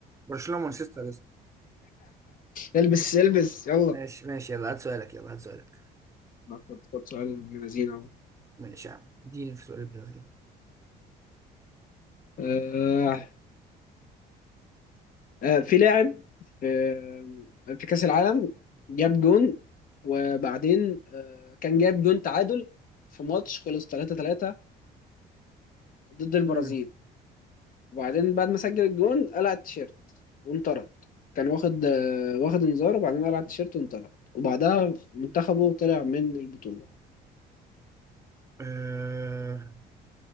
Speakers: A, on the right; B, on the left.
A: برشلونة ومانشستر لسه
B: البس البس يلا
A: ماشي ماشي يلا هات سؤالك يلا هات سؤالك
B: ما خد خد سؤال ابن لذينه اهو
A: ماشي يا عم اديني في سؤال البرازيل
B: آه، آه، في لاعب في في كأس العالم جاب جون وبعدين آه، كان جاب جون تعادل في ماتش خلص 3-3 ضد البرازيل
A: مم.
B: وبعدين بعد ما سجل الجون قلع التيشيرت وانطرد كان واخد آه، واخد انذار وبعدين قلع التيشيرت وانطرد وبعدها منتخبه طلع من البطولة
A: آه